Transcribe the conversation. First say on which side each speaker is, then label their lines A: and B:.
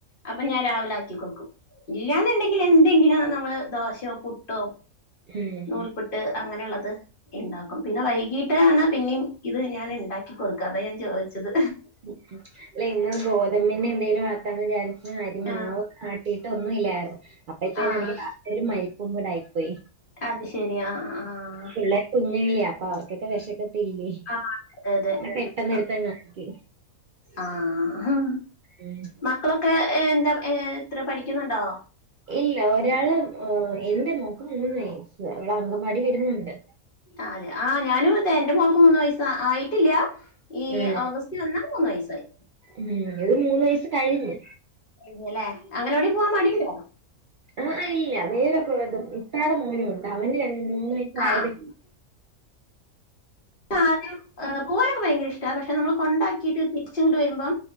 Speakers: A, on the left (about 35°); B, on the right (about 90°).
A: അപ്പൊ ഞാൻ രാവിലെ ആക്കി കൊടുക്കും ഇല്ലാന്നുണ്ടെങ്കിൽ എന്തെങ്കിലും നമ്മള് ദോശയോ, പുട്ടോ
B: ഉം
A: നൂൽപുട്ട് അങ്ങനെയുള്ളത് ഇണ്ടാ ക്കും പിന്നെ വൈകീട്ട് ആണ് പിന്നേം ഇത് ഞാൻ ഇണ്ടാക്കി കൊടുക്ക അതാ ഞാൻ ചോയ്ച്ചത്
B: <unintelligible> ഇല്ല ഇന്ന് ഗോതമ്പിന്റ എന്തേലും ആക്കാന്ന് വിചാരിച്ച് അരിമാവൊന്നും
A: ആഹ്
B: ആട്ടിട്ടൊന്നും ഇല്ലായിരുന്നു അപ്പ ഇന്നുണ്ടെങ്കി
A: ആഹ്
B: രാവിലെ ഒര് മരിപ്പും കൂടായിപ്പോയി
A: അത് ശെരി ആഹ് ആഹ്
B: പുള്ളേര് കുഞ്ഞല്ലേ അപ്പൊ അവർക്കൊക്കെ വെശക്കത്തില്ലേ
A: ആ അതെ
B: ഞാൻ പെട്ടെന്ന്
A: അതെ
B: എടുത്തങ്ങ് ആക്കി
A: ആഹ്
B: ഉം
A: മക്കളൊക്കെ എന്താ ഏ എത്ര പഠിക്കുന്നുണ്ടോ
B: ഇല്ല ഒരാള് മ്മ് എന്റെ മോക്ക് മൂന്ന് വയസ്സ് അവള് അങ്കവാടി വിടുന്നുണ്ട്
A: ആ അതെ ആഹ് ഞാനും അതെ എന്റെ മോൾക്ക് മൂന്ന് വയസാ ആയിട്ടില്ല ഈ
B: ഉം
A: ഓഗസ്റ്റ് വന്നാ മൂന്ന് വയസായി
B: ഉം ഇന്റെത് മൂന്ന് വയസ് കഴിഞ്ഞ്
A: കഴിഞ്ഞല്ലേ അങ്കനവാടി പോവാൻ മടിണ്ടോ
B: ആഹ് ഇല്ല വേറെ കൊറേ ഇത്താടെ മോനോണ്ട് അവന് ര മൂന്ന് വയസ്സായതെ
A: ആഹ് ആദ്യം പോവാനൊക്കെ ഭയങ്കര ഇഷ്ടാ പക്ഷെ നമ്മള് കൊണ്ടാക്കിട്ട് തി ചിങ്ങട്ട് വരുമ്പം